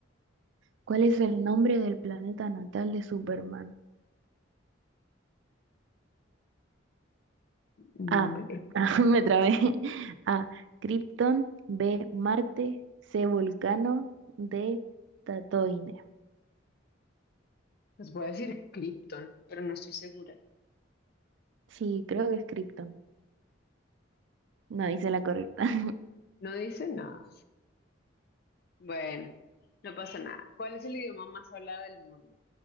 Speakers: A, on the right; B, on the left.
A: ¿Cuál es el nombre del planeta natal de Superman?
B: Nombre.
A: A.
B: eh,
A: <laughs> me trabé. A. Krypton. B. Marte. C. Vulcano. D. Tatooine.
B: Pues voy a decir Krypton, pero no estoy segura.
A: Sí, creo que es Krypton. No hice la correcta. <laughs>
B: No dice nada. Bueno, no pasa nada. ¿Cuál es el idioma más hablado del mundo?